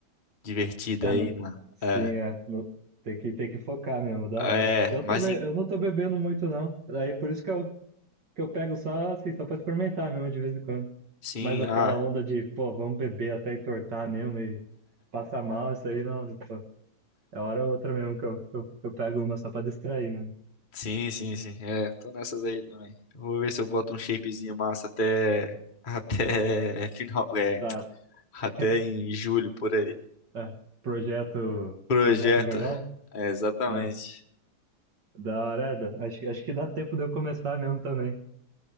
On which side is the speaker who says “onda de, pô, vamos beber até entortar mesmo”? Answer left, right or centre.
Right